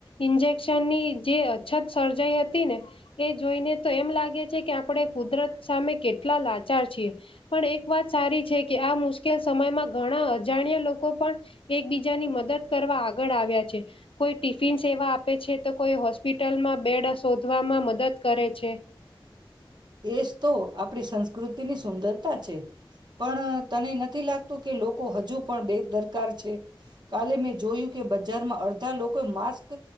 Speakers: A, on the left (about 80°); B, on the right (about 55°).
A: ઇન્જેક્શનની જે અછત સર્જાઈ હતી ને એ જોઈને તો એમ લાગે છે કે, આપડે કુદરત સામે કેટલા લાચાર છીએ. પણ, એક વાત સારી છે કે આ મુશ્કેલ સમયમાં ઘણા અજાણ્યા લોકો પણ એકબીજાની મદદ કરવા આગળ આવ્યા છે. કોઈ ટિફિન સેવા આપે છે, તો કોઈ હોસ્પિટલમાં બેડ શોધવામાં મદદ કરે છે.
B: એ જ તો આપડી સંસ્કૃતિની સુંદરતા છે. પણ તને નથી લાગ તુ કે, લોકો હજુ પણ બેદરકાર છે. કાલે મેં જોયું કે બ જારમાં અડધા લોકો એ માસ્ ક